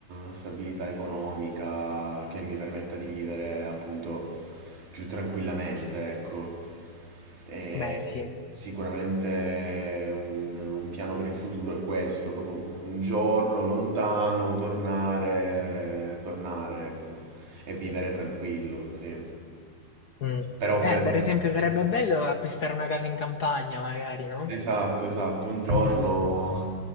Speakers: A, on the right; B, on the left.
A: stabilità economica che mi permetta di vivere appunto più tranquillamente, ecco. E
B: Beh, sì.
A: sicuramente un, un piano per il futuro è questo, proprio un giorno lontano, tornare, tornare, ecco, e vivere tranquillo, sì.
B: Mm.
A: Però
B: Eh,
A: per
B: per
A: ora...
B: esempio, sarebbe bello acquistare una casa in campagna, magari, no?
A: Esatto, esatto, un giorno